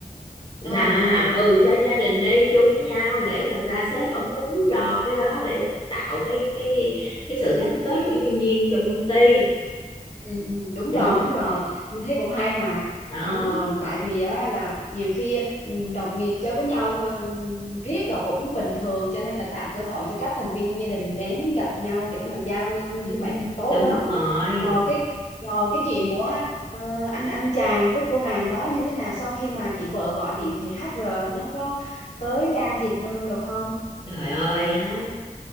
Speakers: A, on the left; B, on the left.
A: là
B: ừ ừ
A: ừ cho gia đình đi chung với nhau để thật ra sếp ổng muốn cho cái đó để tạo cái cái cái sự gắn kết của nhân viên trong công ty
B: ừ, ừ đúng
A: cho
B: rồi
A: nên-
B: đúng rồi như thế cũng hay mà
A: đó
B: ờ, tại vì á, là nhiều khi ừ, đồng nghiệp chơi với nhau ờ, riết rồi cũng bình thường cho nên là tạo cơ hội cho các thành viên trong gia đình đến gặp nhau để mà giao lưu nó như
A: đúng,
B: vậy cũng tốt
A: đúng
B: đó
A: rồi
B: rồi cái rồi cái chuyện của ờ, anh anh chàng với cô nàng đó như thế nào sau khi mà chị vợ gọi điện thì HR nó có tới can thiệp nữa được không
A: trời ơi ha